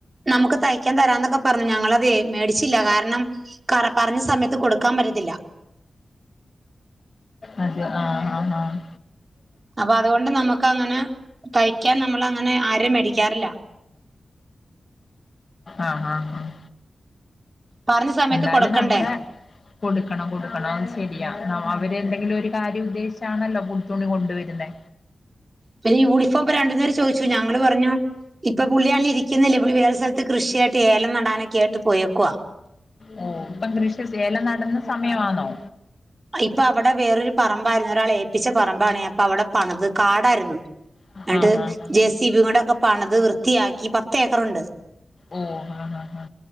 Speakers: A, on the right; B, on the left.
A: നമുക്ക് തയ്ക്കാൻ തരാന്നൊക്കെ പറഞ്ഞു ഞങ്ങളതേ മേടിച്ചില്ല കാരണം ക പറഞ്ഞ സമയത്ത് കൊടുക്കാൻ പറ്റത്തില്ല
B: അതെ ആഹ് ആഹ് ആഹ്
A: അപ്പൊ അതുകൊണ്ട് നമുക്ക് അങ്ങനെ തയ്ക്കാൻ നമ്മള് അങ്ങനെ ആരേ മേടിക്കാറില്ല
B: ആഹ് ആഹ് ആഹ്
A: പറഞ്ഞ സമയത്ത്
B: എന്നാലും
A: കൊടുക്കണ്ടേ
B: നമ്മുടെ കൊട്ക്കണം കൊട്ക്കണം അത് ശരിയാ അവ അവര് എന്തെങ്കിലും ഒരു കാര്യം ഉദ്ദേശിച്ചാണല്ലോ പുത്തുണി കൊണ്ടുവരുന്നെ
A: പിന്നെ യൂണിഫോം ഇപ്പൊ രണ്ട് പേര് ചോയിച്ചു ഞങ്ങള് പറഞ്ഞു ഇപ്പൊ പുളിയാന് ഇരി ക്കുന്നില്ല ഇവള് വേറെ സ്ഥലത്ത് കൃഷിയായിട്ട് ഏലം നടാനൊക്കെ ആയി്ട്ട് പോയേക്കുവാ
B: ഓ ഇപ്പം കൃഷി ഏലം നടുന്ന സമയവാന്നൊ
A: ഇപ്പ അവടെ വേറൊരു പറമ്പായിരുന്നു ഒരാള് ഏൽപ്പിച്ച പറമ്പാണ് അപ്പ അവടെ പണത് കാടായിരുന്നു.
B: ആഹ്
A: എൻട്ട്
B: ആഹ് ആഹ്
A: ജെ സിബി കൊണ്ട് ഒക്ക പണത് വൃത്തിയാക്കി പത്ത് ഏക്കറുണ്ട്
B: ഓ ആ ഹാ ഹാ